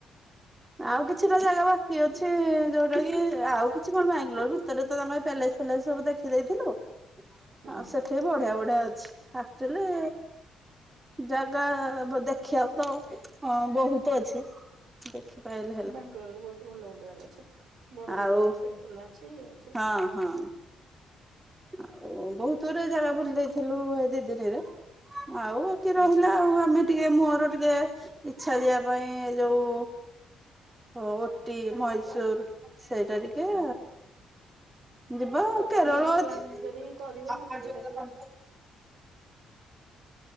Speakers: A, on the right; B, on the right.
A: ଆଉ କିଛିଟା ଜାଗା ବାକି ଅଛି। ଯୋଉଟା କି ଆଉ କିଛି କଣ ବାଙ୍ଗାଲୋର ଭିତରେ ତମେ ପ୍ୟାଲେସ ଥିଲା ଯେ ସବୁ ଦେଖିଦେଇଥିଲୁ।
B: ହୁଁ
A: ଆଉ ସେଠି ବି ବଢିଆ ବଢିଆ ଅଛି। ଆକ୍ଚୁଆଲି ଜାଗା ଦେଖିବାକୁ ତ ଅ ବହୁତ ଅଛି। ଦେଖିପାଇଲି
B: ବାଙ୍ଗାଲୋରରେ ବହୁତ ଭଲ ଭଲ ଜାଗା ଅଛି। ବଡ ବଡ
A: ଆଉ
B: ଯୋଉ ଟେମ୍ପଲ ଅଛି ଇଏ ଅଛି।
A: ହଁ, ହଁ। ଆଉ ବହୁତ ଗୁରେ ଜାଗା ବୁଲି ଦେଇଥିଲୁ ଏ ଦି ଦିନିରେ ଆଉ। ଟିକେ
B: ହୁଁ
A: ରହିଲା
B: ହୁଁ।
A: ଆଉ। ଆମେ ଟିକେ ମୋର ଟିକେ ଇଚ୍ଛା ଯିବା ପାଇଁ ଏ ଯୋଉ ହଁ, ଓଟି, ମଇଶୂର ସେଇଟା ଟିକେ ଯିବା,
B: ଓଟି
A: କେରଳ
B: ପ୍ଲାନିଂ
A: ଅଛି।
B: ଯଦି କରିବ ମତେ ଟିକେ ଡାକିବ।